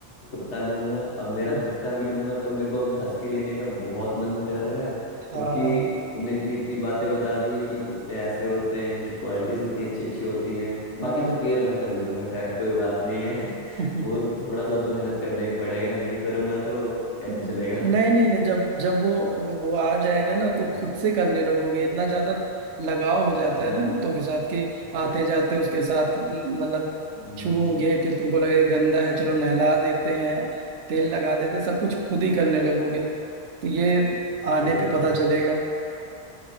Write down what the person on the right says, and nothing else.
हम्म,
हाँ
हाँ
हाँ
<laughs>
नहीं
नहीं नहीं जब जब वो वो आ जाएगा ना तो खुद से करने लगोगे इतना ज्यादा लगाव हो जाता
है ना कुत्तों के साथ कि
आते
जाते उसके साथ मतलब
छूओगे फिर तुमको लगेगा गंदा
है चलो
नहला देते हैं तेल लगा देते हैं, सब कुछ खुद ही करने लगोगे तो ये
आने पे
पता चलेगा